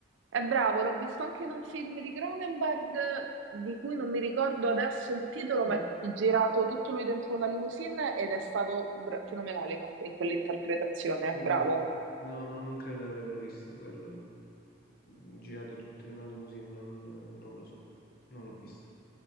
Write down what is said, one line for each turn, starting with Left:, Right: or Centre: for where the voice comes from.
Right: È bravo, l'ho visto anche in un film di Cronenberg di cui non mi ricordo adesso il titolo,
Left: Mm,
Right: ma è girato tutto lui dentro una limousine ed è stato bra- fenomenale in in quell'interpretazione.
Left: eh,
Right: Bravo.
Left: no, non credo di averlo visto quello. Mm, Girato tutto in una limousine, non, non lo so, non l'ho visto.